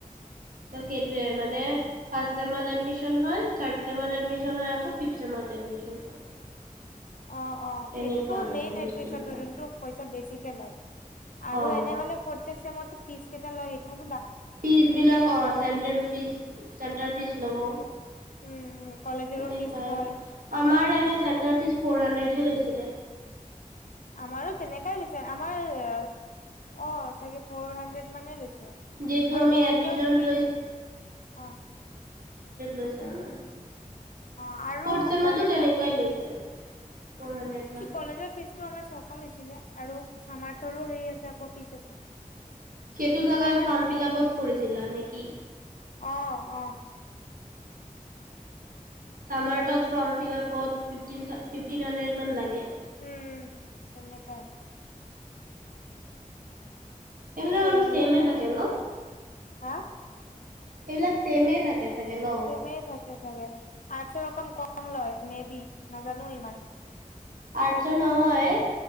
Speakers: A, on the right; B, on the left.
A: <unintelligible>
B: অ অ
A: তেনেকুৱা
B: সেইটোতো
A: মানে
B: মেইন
A: বস্তুবিলাক
B: এডমিচোনটো যোনটো পইচা বেছিকে লয় আৰু
A: অ'।
B: এনেহলে প্ৰত চেমত ফি সেইটো,
A: ফিজ বিলাক অ চেন্ট্ৰেল ফিজ, চেণ্টাৰ ফিচ ল'ব,
B: উম, কলেজৰো
A: তোয়
B: ফিজ লয়
A: আমাৰ এনে চেটাৰ ফিচ উঠে লৈছিলে <inaudible>
B: আমাৰো তেনেকাই লৈছে আমাৰ অ চাগে ফৰ হাড্ৰেড মানে লৈছে।
A: <unintelligible> ফ'ৰ
B: আৰু কলেজৰ
A: হাণ্ড্ৰেড
B: ফিজ অ',
A: লৈছে আমাৰ,
B: অ আৰু
A: ফ'ৰ্থ চেমতো
B: কলেজত
A: তেনেকুৱাই লৈছে ফ'ৰ হাণ্ড্ৰেড মান।
B: কলেজৰ ফিজতটো আমাৰ ছখন হৈছিলে আৰু চামাৰ্থৰো হেৰি আছে আকৌ ফিচ আছে <inaudible>
A: সেইটো জোগাই
B: চামাৰ্থ
A: ফৰ্ম ফিল লাপত কৰিছিলা নেকি
B: অহ অ'
A: চামাটোত ফৰম ফিলা ফট ফিটিন হাড্ৰেড মান লাগে।
B: উম তেনে তা
A: এইবিলাক
B: কি কৰিম
A: আৰু চেমে
B: উপায়
A: থাকে
B: নাই
A: ন
B: হা?
A: <inaudible> এইবিলাক চেছেমে থাকে চাগে ন?
B: চেমে থাকে চাগে আছোৰ অকণ কম খং লয় মে বি নাজানো ইমান
A: আৰছোট নহয়